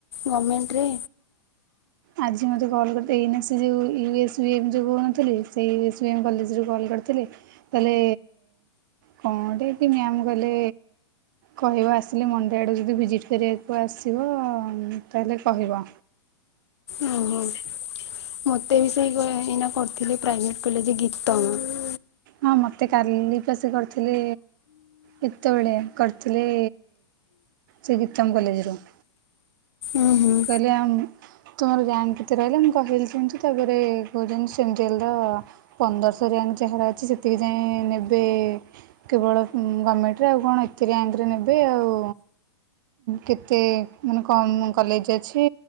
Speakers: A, on the left; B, on the right.
A: ଗମେଣ୍ଟ୍ ରେ।
B: ଆଜି ମୋତେ କଲ୍ କରିଥିଲେ ଏଇନା ସେ ଯଉ ୟୁଏସ୍ ବି ଏମ୍ ଯଉ କହୁନଥିଲି ସେ ୟୁଏସ୍ ବି ଏମ୍ କଲେଜରୁ କଲ୍ କରିଥିଲେ ତାହଲେ କଣ ଟିକେ ମ୍ୟାମ୍ କଲେ କହିବ ଆସିଲେ ମଣ୍ଡେ ଆଡ଼କୁ ଯଦି ଭିଜିଟ୍ କରିବାକୁ ଆସିବ ତାହେଲେ କହିବ।
A: ଉଁ ହୁଁ। ମତେ ବି ସେଇ ଏଇନା କରିଥିଲେ ପ୍ରାଇଭେଟ୍ କଲେଜ୍ ଗୀତା ମ୍ୟାମ୍।
B: ହଁ ମତେ କାଲି ତ ସେ କରିଥିଲେ କେତେବେଳେ କରିଥିଲେ ସେ ଗୀତମ କଲେଜେ ରୁ।
A: ଉଁ ହୁଁ।
B: କହିଲେ ଆମ୍ ତୁମର ରାଙ୍କ କେତେ ରହିଲା ମୁଁ କହିଲି ଯେମିତି ତାପରେ କହୁଛନ୍ତି ସିଙ୍ଗଲର ପନ୍ଦରଶହ ରିୟାଙ୍କ ଯାହାର ଅଛି ସେତିକି ଯାଇଏ ନେବେ କେବଳ ଗମେଣ୍ଟ୍ ରେ ଆଉ କଣ ଏତେ ର୍ୟାଙ୍କରେ ନେବେ ଆଉ କେତେ ମାନେ କମ୍ କଲେଜ୍ ଅଛି